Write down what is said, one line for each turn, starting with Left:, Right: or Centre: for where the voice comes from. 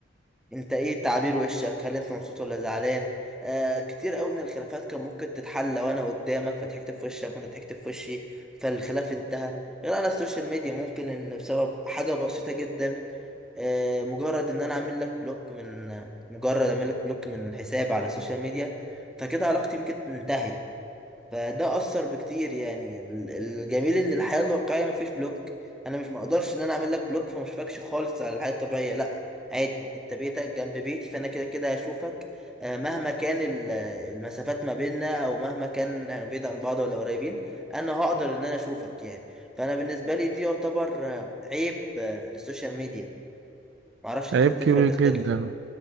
Centre: انت ايه تعابير وشك هل انت مبسوط ولا زعلان آه كتير قوي من الخلافات كان ممكن تتحل لو انا قدامك فضحكت في وشك وانت ضحكت في وشي فالخلاف انتهى غير على السوشيال ميديا ممكن ان بسبب حاجة بسيطة جدا آه مجرد ان انا اعمل لك بلوك من مجرد اعمل لك بلوك من حساب على السوشيال ميديا فكده علاقتي بيك انتهت فده اثر بكتير يعني ال- الجميل ان الحياه الواقعيه مفيش بلوك انا مش مقدرش ان انا اعمل لك بلوك فما اشوفكش خالص على الحياه الطبيعيه لا عادي انت بيتك جنب بيتي فانا كده كده هشوفك آه، مهما كان ال- آه، المسافات ما بيننا او مهما كان يعني بعيد عن بعض ولا قريبين انا هقدر ان انا اشوفك يعني فانا بالنسبه لي دي يعتبر آه، عيب آه، للسوشيال ميديا معرفش انت
Right: عيب
Centre: تتفق
Right: كبير
Centre: ولا تختلف
Right: جدا